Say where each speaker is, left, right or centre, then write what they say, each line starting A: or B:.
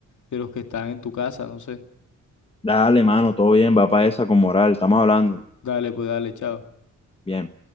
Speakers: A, on the left; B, on the left.
A: de los que están en tu casa, no sé.
B: dale, hermano, todo bien, va para esa con moral, estamos hablando,
A: Dale, pues dale, chao.
B: bien.